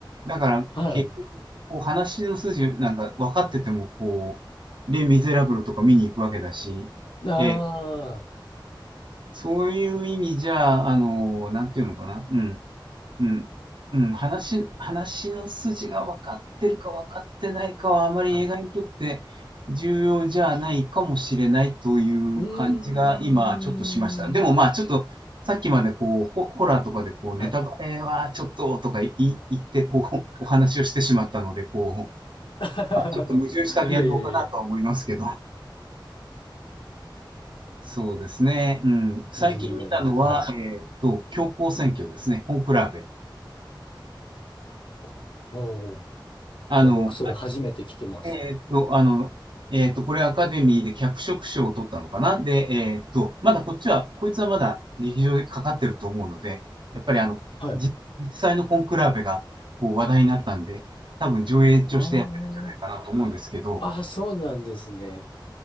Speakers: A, on the right (about 65°); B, on the left (about 75°).
A: だから、
B: はい。
A: 結局、こう話の筋なんか分かってても、こう、レ・ミゼラブルとか見に行くわけだし、
B: あ
A: ええ、
B: あ、
A: そういう意味じゃ、あの、なんていうのかな、うん。うん。うん、話、話の筋が分かってるか分かってないかはあまり映画にとって重要じゃないかもしれないという感じが今ちょっとしました。
B: はい。うーん。
A: でもまあちょっとさっきまでこうホ、ホラーとかでこうネタバレはちょっととかい言ってこうお話をしてしまったのでこう、
B: はい。<laughs>
A: まあちょっと矛盾した言動かなとは思いますけど。
B: いやいやいやいや。
A: そうですね。うん。最近見たのは、
B: 全然大丈夫です。はい。
A: えっと、教皇選挙ですね。コンクラーベ。
B: こおー
A: あの、
B: でも僕それ初めて聞きます。
A: えーっと、あの、えーっと、これアカデミーで脚色賞を取ったのかなで、えーっと、まだこっちは、こいつはまだ劇場でかかってると思うので、やっぱりあの、
B: はい。
A: じ実際のコンクラーベがこう話題になったんで、多分上映としてやってるんじゃないかなと思うんですけど、
B: ああ。ああ、そうなんですね。